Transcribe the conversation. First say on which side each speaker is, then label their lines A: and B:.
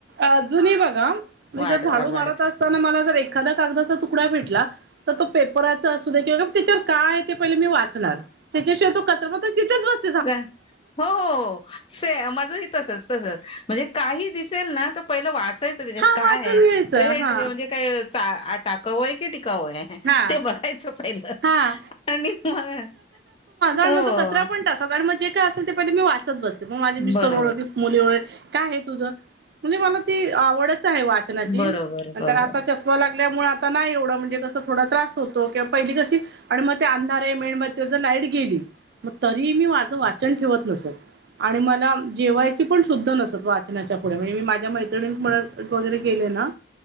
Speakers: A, on the right (about 60°); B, on the left (about 30°).
A: अ जुनी बघा मी
B: वाढ
A: जर झाडू
B: वाढत
A: मारत असताना मला जर एखादा्या कागदाचा तुकडा भे भेटला तर तो पेपराचा असूदे किंवा त्याच्यावर काय ते पहिल मी वाचणार त्याच्याशिवाय तो कचरा तो तिथेच बस
B: जा हो हो हो सेम माझही तसच तस म्हणजे का काही दिसेल ना त पहिलं वाचायच त्याच्यात
A: हा
B: कायहे
A: वाचून घ्यायचं
B: रेट
A: हा
B: म्हणजे काय चा आ टाक टाकाऊ की टिकाऊ
A: हा
B: ते बघायच पहिलं
A: हा
B: आणि मग
A: हा
B: हो
A: मग तो कचरा पण टाका पण म जे काय असेल ते पहिले मी वाचत बसते मग माझे मिस्टर
B: बरोबर
A: ओरडतील व मुली बोलेल काय हे तुझं म्हणजे मला ती आवडच आहे वाचनाची
B: बरोबर
A: नंतर
B: बरोबर
A: आता चष्मा लागल्यामुळे आता नाही एवढं म्हणजे कस थोडा त्रास होतो किंवा पहिली कशी आणि मग ते अंधार मेणबत्तीवर जर लाईट गेली मग तरीहि मी माझं वाचन ठेवत नसत, आणि मला जेवायची पण शुद्ध नसत वाचनाच्या पुढे, म्हणजे मी माझ्या मैत्रिणींमुळे वगैरे केले ना